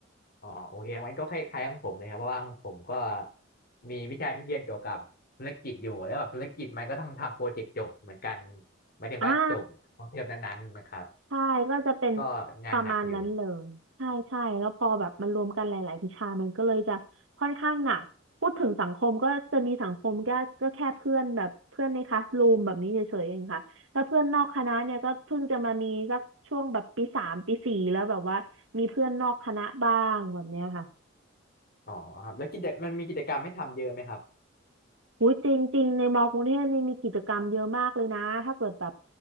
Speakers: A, on the left (about 50°); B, on the right (about 75°).
A: อ๋อโอเคงั้นก็คล้ายๆของผมเลยครับเพราะว่าของผมก็มีวิชาที่เรียนเกี่ยวกับธุรกิจอยู่แล้วแบบธุรกิจมันก็ต้องทำโปรเจกต์จบเหมือนกันหมายถึงว่าจบของเทอมนั้นๆนะครับ
B: อ่า ใช่ก็จะเป็น
A: ก็งานหนักอยู่
B: ประมาณนั้นเลยใช่ใช่แล้วพอแบบมันรวมกันหลายๆวิชามันก็เลยจะค่อนข้างหนักพูดถึงสังคมก็จะมีสังคมก็ก็แค่เพื่อนแบบเพื่อนในคลาสรูมแบบนี้เฉยๆ เองค่ะแล้วเพื่อนนอกคณะเนี่ยก็เพิ่งจะมามีสักช่วงแบบปีสามปีสี่แล้วแบบว่ามีเพื่อนนอกคณะบ้างแบบเนี้ยค่ะ
A: อ๋อครับแล้วกิจมันมีกิจกรรมให้ทำเยอะไหมครับ
B: อุ้ยจริงๆในมอกรุงเทพนี่มีกิจกรรมเยอะมากเลยนะถ้าเกิดแบบ